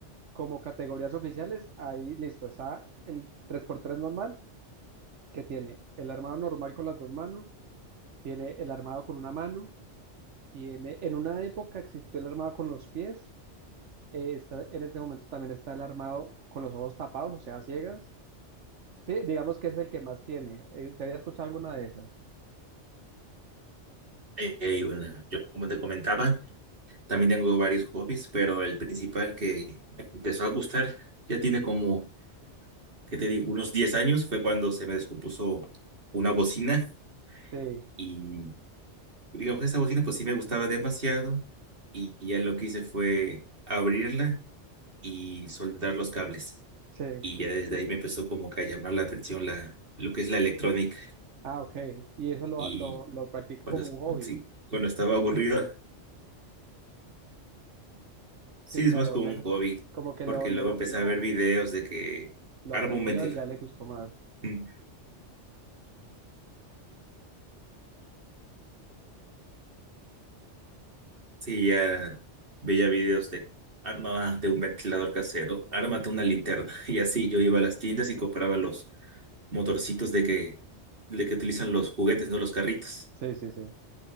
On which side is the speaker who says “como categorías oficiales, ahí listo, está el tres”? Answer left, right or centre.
Right